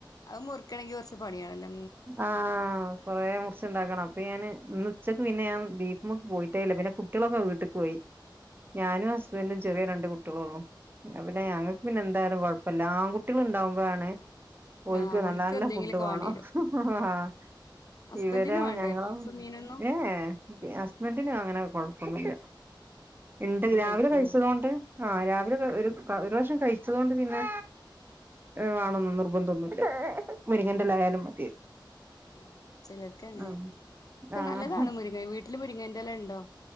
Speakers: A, on the left; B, on the right.
A: അത് മുറുക്കണെങ്കി കൊറ്ച്ച് പണ്യാണല്ലോ.
B: ആഹ് കൊറേ മുറ്ച്ച്ണ്ടാക്കണം. അപ്പെ ഞാന് ഇന്ന് ഉച്ചക്ക് പിന്നെ ഞാൻ ബീഫ് മ്ക്ക് പോയിട്ടേ ഇല്ല ബെല കുട്ട്യേളൊക്കെ വീട്ട്ക്ക് പോയി ഞാനും ഹസ്ബൻറും ചെറിയ രണ്ട് കുട്ട്യേളൊള്ളു ന്നാപിന്നെ ഞങ്ങക്ക് പിന്നെ എന്തായലും കൊഴ പെല്ലാംൺകുട്ട്യേള് ഇണ്ടാവുമ്പഴാണ് ഓല്ക്ക്
A: ആഹ്
B: നല്ല
A: ഓൽക്ക്
B: നല്ല
A: എന്തെങ്കിലുമൊക്കെ
B: ഫുഡ് വാണം.
A: വേണ്ടി വരും
B: ആഹ്
A: ഹസ്ബൻഡിന്
B: വിവരാ
A: വേണ്ടേ
B: ഞങ്ങളും
A: ബീഫ് മീനൊന്നും
B: ഏ എ ഏ എ ഹസ്ബന്റ്നോ അങ്ങനെ കൊഴപ്പൊന്നുല്ല ഇണ്ട്
A: എന്തും
B: രാവിലെ
A: കഴിക്കൂലേ
B: കഴിച്ചതോണ്ട് ആഹ് രാവിലെ ഒരു പഒരു റാഷം കഴിച്ചതോണ്ട് പിന്നെ വാണൊന്നും നിർബ <unintelligible> ന്ധന്നു മുരിങ്ങന്റലായാലും മതി
A: ഉം ചെലർക്ക് അങ്ങനെ
B: ആഹ്
A: പക്ഷെ
B: ആഹ്
A: നല്ലതാണ് മുരിങ്ങ വീ വീട്ടില് മുരിങ്ങൻന്റെല്ല ണ്ടോ?